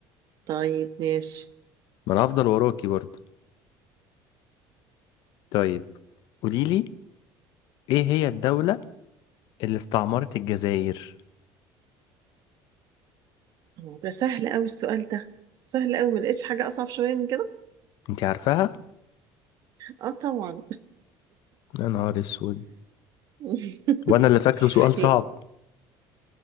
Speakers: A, on the right; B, on the left.
A: طيب ماشي
B: ما انا هفضل وراكي برضو طيب قولي لي ايه هي الدوله اللي استعمرت الجزائر
A: أوه، ده سهل قوي السؤال ده سهل قوي ما لقيتش حاجة أصعب شوية من كده
B: انتي عارفاها
A: اه طبعا
B: يا نهار اسود
A: <laughs>
B: وانا اللي فاكره سؤال صعب
A: هي-